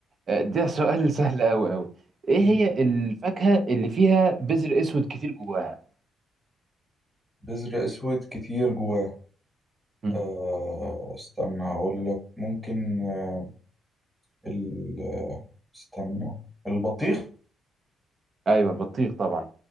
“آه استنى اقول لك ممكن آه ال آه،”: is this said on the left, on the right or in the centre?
Centre